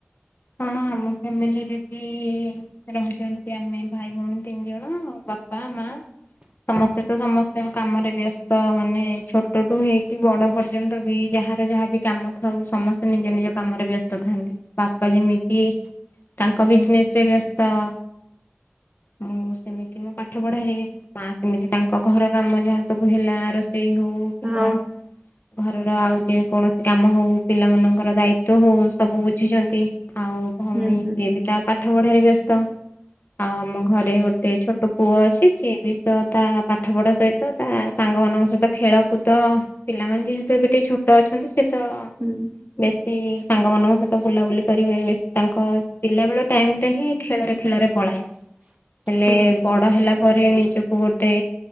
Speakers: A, on the left (about 50°); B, on the right (about 25°).
A: ହଁ ଆମ ଫ୍ୟାମିଲିରେ ବି ରହୁଛନ୍ତି ଆମେ ଭାଇ ଭଉଣୀ ତିନି ଜଣ ବାପା, ମା। ସମସ୍ତେ ତ ସମସ୍ତଙ୍କ କାମରେ ବ୍ୟସ୍ତ ମାନେ ଛୋଟଠୁ ହେଇକି ବଡ ପ ପର୍ଯ୍ୟନ୍ତ ବି ଯାହାର ଯାହାବି କାମ ଥାଉ ସମସ୍ତେ ନିଜ ନିଜ କାମ ରେ ବ୍ୟସ୍ତ ଥାନ୍ତି ବାପା ବାପା ଯେମିତି ତାଙ୍କ ବିଜନେସ ରେ ବ୍ୟସ୍ତ। ମୁଁ ସେମିତି ମୋ ପାଠ ପଢାରେ। ମା ସେମିତି ତାଙ୍କ ଘର କାମ ଯାହା ସବୁ ହେଲା ରୋଷେଇ ହଉ କିମ୍ବା
B: ହଁ
A: ଘରର ଆଉ ଯେକୌଣସି କାମ ହଉ ପିଲାମାନଙ୍କର ଦାୟିତ୍ୱ ହଉ ସବୁ ବୁଝୁଛନ୍ତି। ଆଉ ଭଉଣୀ
B: ହୁଁ ହୁଁ
A: ସିଏ ବି ତା ପାଠ ପଢାରେ ବ୍ୟସ୍ତ ଆଉ ଆମ ଘରେ ଗୋଟେ ଛୋଟ ପୁଅ ଅଛି ସିଏ ବି ତ ତା ପାଠପଢ଼ା ସହିତ ତା ସାଙ୍ଗମାନଙ୍କ ସହିତ ଖେଳ କୁଦ ପିଲାମାନେ ଯେହେତୁ ଏବେ ଟିକେ ଛୋଟ ଅଛନ୍ତି ସେ ତ
B: ହୁଁ।
A: ବେଶୀ ସାଙ୍ଗମାନଙ୍କ ସହିତ ବୁଲାବୁଲି କରିବେ ତାଙ୍କ ପିଲାବେଳ ଟାଇମ ଟା ହିଁ ଖେଳରେ ଖେଳରେ ପଳାଏ ହେଲେ
B: ହୁଁ
A: ବଡ ହେଲା ପରେ ନିଜକୁ ଗୋଟେ ଗୋଟେ